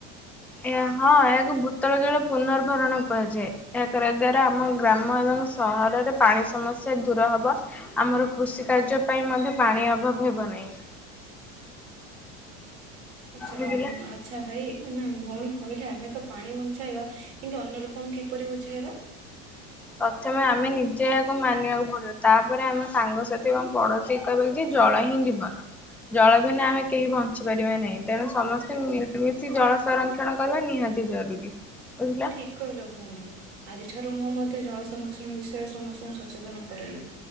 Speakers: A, in the centre; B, on the right.
A: ଏହା ହଁ ଏହାକୁ ଭୂତଳ ଜଳ ପୁନର୍ବାରଣ କୁହାଯାଏ ଏହା କରିବା ଦ୍ଵାରା ଆମ ଗ୍ରାମ ଏବଂ ସହରରେ ପାଣି ସମସ୍ୟା ଦୂର ହବ ଆମର କୃଷି କାର୍ଯ୍ୟ ପାଇଁ ମଧ୍ୟ ପାଣି ଅଭାବ ହେବ ନାହିଁ
B: ଆଚଛ
A: ବୁଝିଲ।
B: ର ଆଛା <unintelligible> ଆଚ୍ଛା ଭାଇ ନା ଭଉଣୀ କହିଲେ ଆମେ ତ ପାଣି ବଞ୍ଚାଇବା କିନ୍ତୁ ଅନ୍ୟ ଲୋକଙ୍କୁ କିପରି ବୁଝାଇବା
A: ପ୍ରଥମେ ଆମେ ନିଜେ ୟକୁ ମାନିବାକୁ ପଡିବ ତାପରେ ଆମ ସାଙ୍ଗସାଥି ଏବଂ ପଡୋଶୀ ସେ କହିବ କି ଜଳ ହିଁ ଜୀବନ ଜଳ ବି ନା ଆମେ କେହି ବଞ୍ଚି ଛି ପାରିବା ନାହିଁ ତେଣୁ ସମସ୍ତେ ମିମିଶି ଜଳ ସଂରକ୍ଷଣ କରିବା ନିହାତି ଜରୁରୀ ବୁଝିଲ
B: ଠିକ୍ କହିଲ ଭଉଣୀ ଆଜିଠାରୁ ମୁଁ ମଧ୍ୟ ଜଳ ସଂରଷଣ ବିଷୟରେ ସମସ୍ତଙ୍କୁ ସଚେତନ କରାଇବି